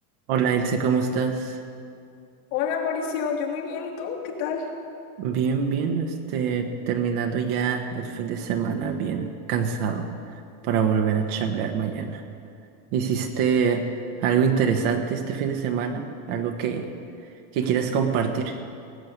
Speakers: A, on the right (about 70°); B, on the left (about 80°).
A: Hola Ilse, ¿cómo estás?
B: Hola Mauricio, yo muy bien, ¿y tú? ¿Qué tal?
A: Bien, bien, este, terminando ya el fin de semana, bien cansado para volver a chambear mañana. ¿Hiciste algo interesante este fin de semana? ¿Algo que, que quieras compartir?